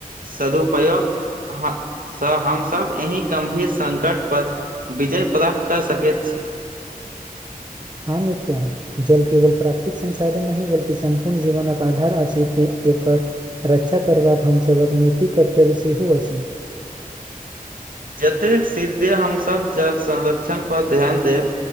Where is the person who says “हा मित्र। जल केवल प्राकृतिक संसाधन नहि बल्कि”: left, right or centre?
Right